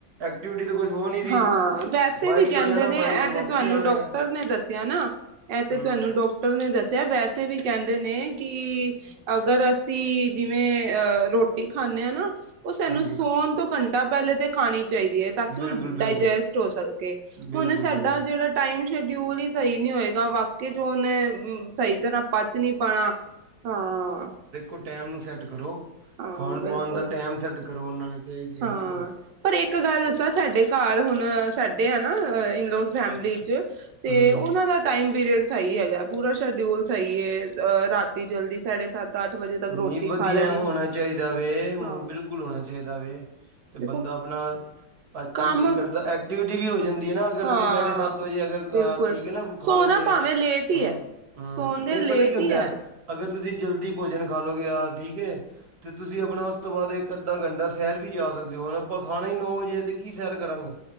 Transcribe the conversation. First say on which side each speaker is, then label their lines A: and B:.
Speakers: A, on the right (about 60°); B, on the right (about 70°).
A: ਐਕਟੀਵਿਟੀ ਤਾਂ ਕੁਛ ਹੋ ਨਹੀਂ ਰਹੀ
B: ਹਾਂ ਵੈਸੇ
A: ਬਾਈਕ
B: ਵੀ ਕਹਿੰਦੇ
A: ਤੇ ਜਾਣਾ
B: ਨੇ
A: ਬਾਈਕ
B: ਇਹ ਤੇ
A: ਵਾਪਸੀ
B: ਤੁਹਾਨੂੰ
A: ਆਉਣਾ
B: ਡਾਕਟਰ
A: ਹੈਗਾ।
B: ਨੇ ਦੱਸਿਆ ਨਾ ਇਹ ਤੇ
A: ਹਮ
B: ਤੁਹਾਨੂੰ ਡਾਕਟਰ ਨੇ ਦੱਸਿਆ ਵੈਸੇ ਵੀ ਕਹਿੰਦੇ ਨੇ ਕਿ ਅਗਰ ਅਸੀਂ ਜਿਵੇਂ ਅਹ ਰੋਟੀ ਖਾਂਦੇ ਹਾਂ ਨਾ ਉਹ ਸਾਨੂੰ
A: ਹਾਂਜੀ
B: ਸੋਣ
A: ਹਾਂਜੀ
B: ਤੋਂ ਘੰਟਾ ਪਹਿਲੇ ਤੇ ਖਾਣੀ ਚਾਹੀਦੀ ਏ ਡਾਇਜੈਸਟ
A: ਬਿਲਕੁਲ ਬਿਲਕੁਲ
B: ਹੋ ਸਕੇ
A: ਬਿਲਕੁਲ
B: ਹੁਣ ਸਾਡਾ
A: ਬਿਲਕੁਲ
B: ਜਿਹੜਾ ਟਾਈਮ ਸ਼ਡਿਊਲ ਹੀ ਸਹੀ ਨੀ, ਹੋਏਗਾ ਬਾਕੀ ਜੋਨ ਹਮ, ਸਹੀ ਤਰ੍ਹਾਂ ਪ ਚ ਨੀ ਪੰਨਾ ਹਾਂ।
A: ਓ ਟੈਮ ਨੂੰ ਸੈੱਟ ਕਰੋ
B: ਹਾਂ
A: ਖਾਣ
B: ਬਿਲਕੁਲ
A: -ਪਾਣ ਦਾ ਟੈਮ ਸੈੱਟ ਕਰੋ, ਉਹਨਾਂ ਨੇ। ਤੇ ਇਹੀ ਕਿਹਾ
B: ਹਾਂ।
A: ਨਾ ਸਾਨੂੰ
B: ਪਰ ਇੱਕ ਗੱਲ ਦੱਸਾਂ, ਸਾਡੇ ਘਰ ਹੁਣ ਸਾਡੇ ਆ ਨਾ ਇਨਲੋ ਫੈਮਲੀ ਚ ਤੇ
A: ਹੂੰ।
B: ਉਨਾਂ ਦਾ। ਟਾਈਮ ਪੀਰੀਅਡ ਸਹੀ ਹੈਗਾ ਪੂਰਾ, ਸ਼ਡਿਊਲ ਸਹੀ ਏ ਰਾਤੀ ਜਲਦੀ ਸਾਢੇ ਸੱਤ। ਅੱਠ ਵਜੇ ਤੱਕ ਰੋਟੀ
A: ਨਈ ਵਧੀਆ
B: ਖਾ ਲੈਣੀ
A: ਹੋਣਾ
B: ਆ
A: ਚਾਹੀਦਾ ਵੇ,
B: ਹਾਂ
A: ਬਿਲਕੁਲ ਹੋਣਾ ਚਾਹੀਦਾ ਵੇ। ਤੇ
B: ਦੇਖੋ
A: ਬੰਦਾ ਆਪਣਾ। ਐਕਟੀਵਿਟੀ
B: ਕੰਮ
A: ਕਰਦਾ, ਐਕਟੀਵਿਟੀ ਵੀ ਹੋ ਜਾਂਦੀ ਨਾ ਅਗਰ
B: ਹਾਂ
A: ਤੁਸੀਂ ਸਾਢੇ ਸੱਤ ਵਜੇ ਅਗਰ,
B: ਬਿਲਕੁਲ
A: ਠੀਕ ਹੈ ਨਾ।
B: ਸੋਨਾ
A: ਖਾ ਲਓਗੇ
B: ਭਾਵੇਂ ਲੇਟ ਹੀ
A: ਹਮ-
B: ਹੈ
A: ਹਮ
B: ਸੌਦੇ
A: ਨਹੀਂ
B: ਲੇਟ
A: ਪਤਾ ਕੀ ਹੁੰਦਾ,
B: ਹੀ ਹੈ
A: ਅਗਰ ਤੁਸੀਂ ਜਲਦੀ। ਭੋਜਨ ਖਾ ਲਓਗੇ ਯਾਰ ਠੀਕ ਹੈ। ਤੇ ਤੁਸੀਂ ਆਪਣਾ ਉਸ ਤੋਂ ਬਾਅਦ ਇੱਕ ਅੱਧਾ ਘੰਡਾ ਸ਼ਹਿਰ ਵੀ ਜਾ ਸਕਦੇ ਹੋ, ਹੁਣ ਆਪਾਂ ਖਾਣਾ ਹੀ ਨੌ ਵਜੇ ਤੇ। ਕੀ ਸੈਰ ਕਰਾਂਗੇ,